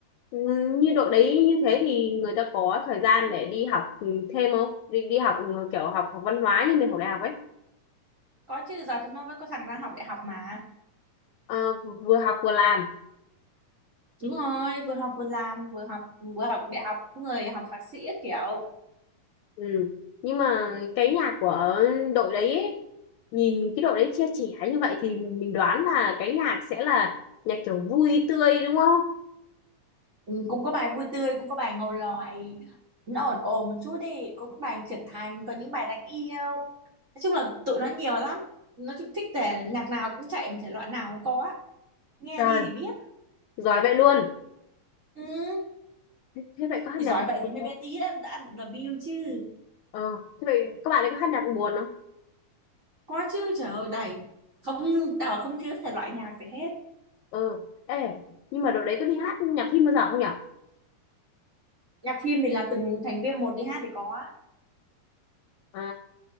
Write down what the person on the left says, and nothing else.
ừ, như độ đấy như thế thì người ta có thời gian để đi học ừ, thêm không? Đi đi học ừ, kiểu học học văn hóa như mình học đại học ấy.
Ờ, vừa học vừa làm.
Ừ. Nhưng mà cái nhà của đội đấy ấy, nhìn cái đội đấy chia trẻ như vậy thì mình đoán là cái nhạc sẽ là nhạc kiểu vui tươi đúng không?
Trời,
giỏi vậy luôn.
Thế, thế vậy có hát
nhạc
buồn
không?
Ờ, thế vậy các bạn ấy có hát nhạc buồn không?
Ờ, ê, nhưng mà đội đấy có đi hát nhạc phim bao giờ không nhở?
À.